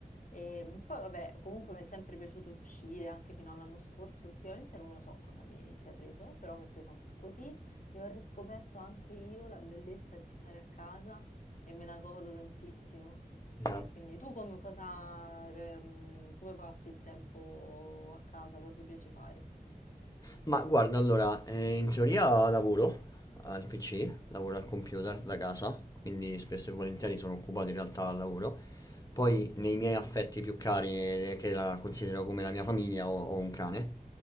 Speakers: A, on the left; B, on the left.
A: E mh, poi, vabbè, comunque mi è sempre piaciuto uscire, anche fino all'anno scorso, ultimamente non lo so cosa mi sia preso, però mi è presa un po' così e ho riscoperto anche io la bellezza di stare a casa e me la godo tantissimo.
B: Mi
A: E
B: sa-
A: quindi tu come, cosa, che, mm, come passi il tempo a casa? Cosa ti piace fare?
B: Ma guarda, allora, eh, in teoria lavoro al PC, lavoro al computer da casa, quindi spesso e volentieri sono occupato in realtà al lavoro. Poi nei miei affetti più cari, eh, che la considero come la mia famiglia, ho, ho un cane